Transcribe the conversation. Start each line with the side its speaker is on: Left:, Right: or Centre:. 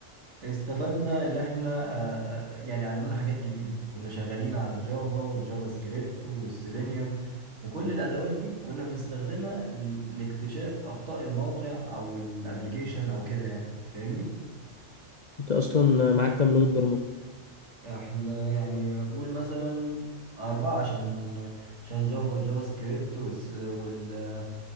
Right: استفدنا اللي احنا آه، آه، يعني علمونا حاجات جديدة كنا شغالين على الجافا والجافا سكريبت والسيلينيوم وكل الأدوات دي كنا بنستخدمها ل- لاكتشاف أخطاء الموقع أو الابليكيشن أو كده يعني فاهمني؟
Left: انت اصلا معاك كام لغة برمجة
Right: احنا يعني قول مثلا أربعة عشان عشان جافا جافا سكريبت والس- وال